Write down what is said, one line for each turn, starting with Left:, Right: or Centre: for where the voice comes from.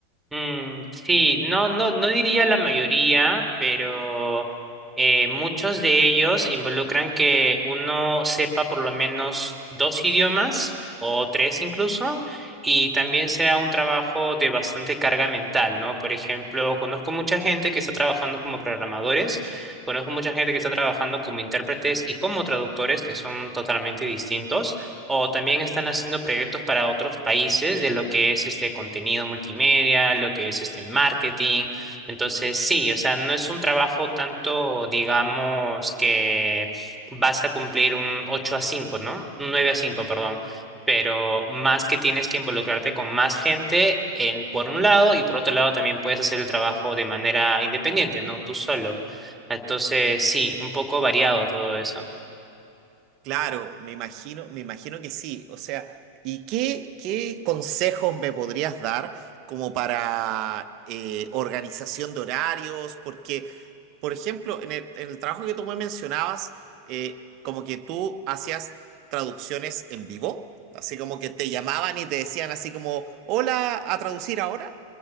Centre: Mm, sí, no, no, no diría la mayoría, pero eh, muchos de ellos involucran que uno sepa por lo menos dos idiomas o tres incluso, y también sea un trabajo de bastante carga mental, ¿no? Por ejemplo, conozco mucha gente que está trabajando como programadores, conozco mucha gente que está trabajando como intérpretes y como traductores, que son totalmente distintos o también están haciendo proyectos para otros países de lo que es este contenido multimedia, lo que es este marketing. Entonces, sí, o sea, no es un trabajo tanto, digamos, que vas a cumplir un ocho a cinco ¿no? Un 9 a cinco perdón. Pero más que tienes que involucrarte con más gente en, por un lado y por otro lado también puedes hacer el trabajo de manera independiente, ¿no? Tú solo. Entonces, sí, un poco variado todo eso.
Right: Claro, me imagino, me imagino que sí. O sea, ¿y qué, qué consejos me podrías dar como para eh, organización de horarios? Porque, por ejemplo, en el, en el trabajo que tú me mencionabas, eh, como que tú hacías traducciones en vivo, así como que te llamaban y te decían así como, hola, a traducir ahora.